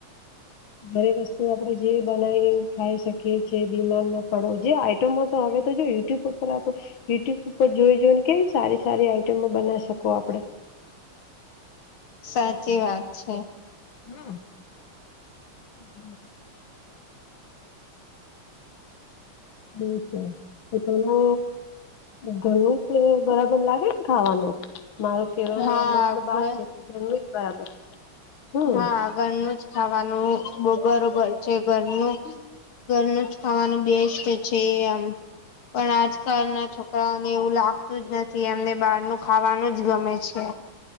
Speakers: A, on the left; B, on the left.
A: ઘરે વસ્તુ આપડણે જે બનાવીને ખાઈ શકીએ છીએ બીમાર ના પડો જે આઈટમો તો હવે તો જો યુટ્યુબ યુટ્યુબ પર આપડે યુટ્યુબ ઉપર જોઈ જોઈ ને કેવી સારી સારી આઈટમો બનાવી શકો આપડે.
B: સાચી વાત છે.
A: હા. હ બિલકુલ તો તને ઘરનું બરાબર લાગે ને ખાવાનું મારો કેવાનો
B: હા
A: આ મતલબ
B: ઘર
A: આ છે કે ઘરનું જ બરાબર હમ
B: હા ઘરનું જ ખાવાનું બરોબર છે ઘરનું ઘરનું જ ખાવાનું બેસ્ટ છે આમ પણ આજ ના છોકરાઓને એવું લાગતું જ નથી એમને બહાર નું ખાવાનું જ ગમે છે.